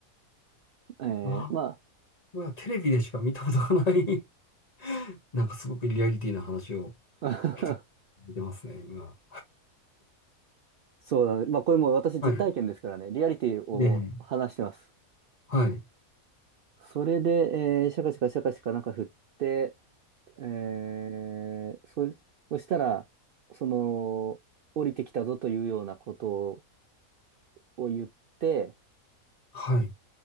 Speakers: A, on the right; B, on the left.
A: えーま
B: うわ、うわテレビでしか見たことがない <laughs> なんかすごくリアリティな話を
A: あ、
B: 聞かれてますね、今。
A: <laughs> そうだね。まあ、これもう私実体験ですからね、
B: はい、
A: リアリティをもう話してます。
B: ええ、はい、
A: それで、えーシャカシャカシャカシャカなんか振って、えー、そ、そしたら、その、降りてきたぞというようなことを言って、
B: はい、